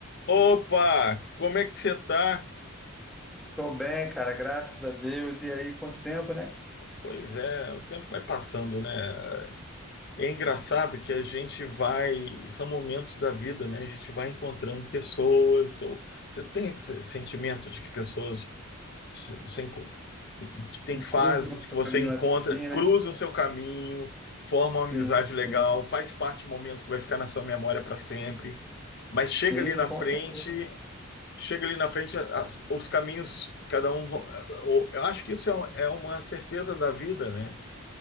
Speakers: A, on the left; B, in the centre.
A: Opa, como é que você tá?
B: Tô bem, cara, graças a Deus. E aí, quanto tempo, né?
A: Pois é, o tempo vai passando, né? É engraçado que a gente vai, são momentos da vida, né? A gente vai encontrando pessoas. ou- você tem esse sentimento de que pessoas se- se enco- tem
B: Encruza
A: fases
B: o nosso
A: que você
B: caminho
A: encontra,
B: assim, né?
A: cruzam o seu caminho, formam
B: Sim,
A: uma amizade
B: sim.
A: legal, faz parte do momento que vai ficar na sua memória para sempre. Mas
B: Sim,
A: chega ali na
B: com
A: frente
B: certeza.
A: chega ali na frente, as- os caminhos, cada um. vão- Eu eu acho que isso é, um- é uma certeza da vida, né?